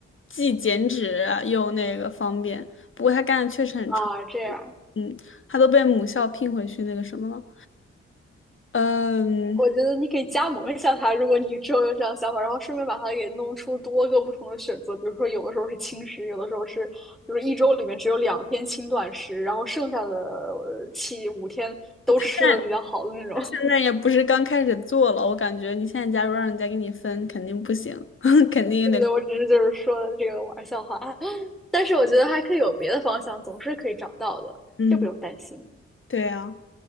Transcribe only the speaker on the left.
既减脂又那个方便。不过他干的确实很成功，
嗯，他都被母校聘回去那个什么了。嗯，
现
在他现在也不是刚开始做了，
我感觉你现在假如让人家给你分，肯定不行，<laughs> 肯定也得，
嗯，
对啊。